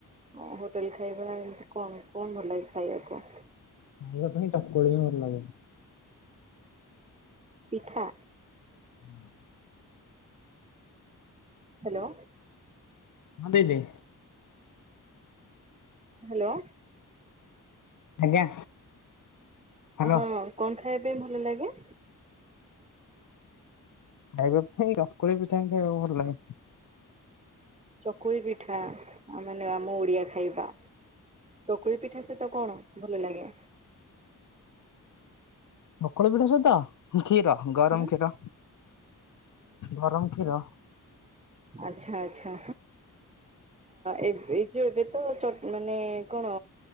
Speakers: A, on the right; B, on the left.
A: ଅ ହୋଟେଲ ଖାଇବା, ଏମିତି କଣ କଣ ଭଲ ଲାଗେ ଖାଇବାକୁ?
B: ଖାଇବା ପାଇଁ ଚକୁଳି ହିଁ ଭଲ ଲାଗେ।
A: ପିଠା?
B: <unintelligible>
A: ହାଲୋ।
B: ହଁ ଦିଦି।
A: ହାଲୋ।
B: ଆଜ୍ଞା। ହ୍ୟାଲୋ
A: ହଁ କଣ ଖାଇବା ପାଇଁ ଭଲ ଲାଗେ?
B: ଖାଇବା ପାଇଁ କାକୁଳି ପିଠାହିଁ ଖାଇବାକୁ ଭଲ ଲାଗେ।
A: ଚକୁଳି ପିଠା ମାନେ ଆମ ଓଡିଆ ଖାଇବା ଚକୁଳି ପିଠା ସେତ ତ କଣ ଭଲ ଲାଗେ?
B: ଚକୁଳି ପିଠା ସହି଼ତ କ୍ଷୀର ଗରମ
A: ହୁଁ?
B: କ୍ଷୀର, ଗରମ କ୍ଷୀର।
A: ଆଛା ଆଛା ଏଇ ଯଉ ଏବେ ତ ମାନେ କଣ